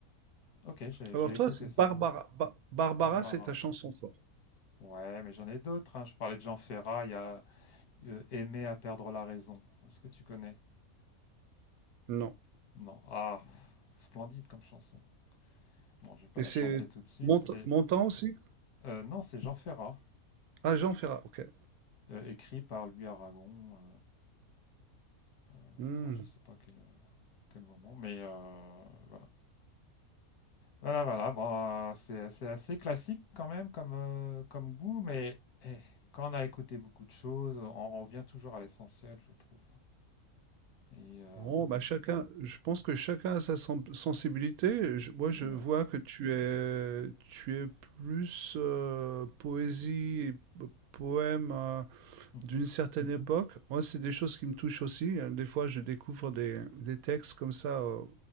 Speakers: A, on the left; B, on the right.
A: Ok, j'ai
B: alors,
A: j'ai écouté
B: toi, c'est
A: ça.
B: Barbara, Ba- Barbara
A: Barbara.
B: c'est ta chanson forte.
A: Ouais, mais j'en ai d'autres. hein. Je parlais de Jean Ferrat. Il y a euh, Aimer à perdre la raison. Est-ce que tu connais?
B: Non.
A: Non. Ah, splendide comme chanson. Bon, je vais pas
B: Et
A: la
B: c'est
A: chanter tout de suite.
B: Mont-
A: C'est
B: Montan aussi
A: euh, non, c'est Jean Ferrat,
B: Ah, Jean Ferrat, ok.
A: euh, écrit par Louis Aragon. euh,
B: Hmm.
A: alors je sais pas quel, quel moment, mais euh, voilà. Voilà, voilà. Bon, c'est c'est assez classique quand même comme euh, comme goût, mais eh, quand on a écouté beaucoup de choses, on revient toujours à l'essentiel, je trouve. Et euh,
B: bon bah, chacun je pense que chacun a sa sen- sensibilité. Je- moi,
A: ouais.
B: je vois que tu es, tu es plus euh, poésie et p- poème euh,
A: Mhm.
B: d'une certaine Mhm. époque. Moi, c'est des choses qui me touchent aussi. hein. Des fois, je découvre des, des textes comme ça euh,